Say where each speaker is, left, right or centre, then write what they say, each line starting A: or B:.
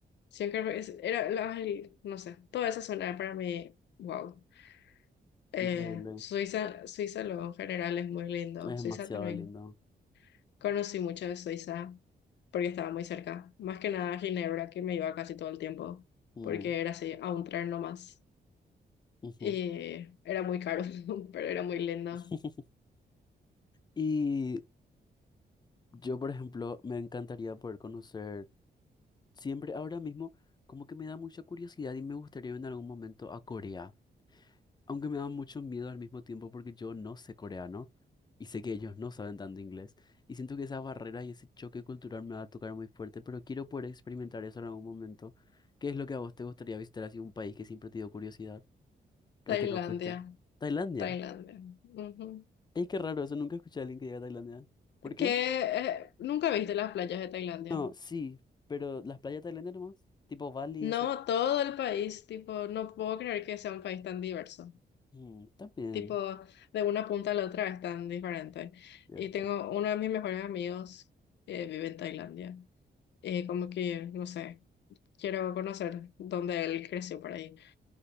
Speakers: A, on the left (about 80°); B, on the left (about 25°).
A: siempre es- era, la- el- no sé, toda esa zona era para mí, wow. Eh,
B: increíble.
A: Suiza, Suiza luego en general es muy lindo.
B: Es demasiado
A: Suiza también.
B: lindo.
A: Conocí mucho de Suiza porque estaba muy cerca. Más que nada Ginebra, que me iba casi todo el tiempo,
B: Mm,
A: porque era así, a un tren nomás.
B: ujú.
A: Y era muy caro, <laughs> pero era muy lindo.
B: <laughs> Y yo, por ejemplo, me encantaría poder conocer Siempre ahora mismo como que me da mucha curiosidad y me gustaría en algún momento a Corea, aunque me da mucho miedo al mismo tiempo porque yo no sé coreano y sé que ellos no saben tanto inglés y siento que esa barrera y ese choque cultural me va a tocar muy fuerte, pero quiero poder experimentar eso en algún momento. ¿Qué es lo que a vos te gustaría visitar así un país que siempre te dio curiosidad, al
A: Tailandia,
B: que no fuiste? Tailandia.
A: Tailandia. ujú.
B: Es que raro, eso nunca escuché a alguien que diga Tailandia. ¿Por qué?
A: Que eh, nunca viste las playas de Tailandia.
B: No, sí, pero las playas tailandias nomás, tipo Bali
A: No,
B: y eso.
A: todo el país, tipo, no puedo creer que sea un país tan diverso.
B: Mm, también,
A: Tipo, de una punta a la otra es tan diferente.
B: cierto.
A: Y tengo uno de mis mejores amigos que vive en Tailandia. Eh, como que, no sé, quiero conocer dónde él creció por ahí.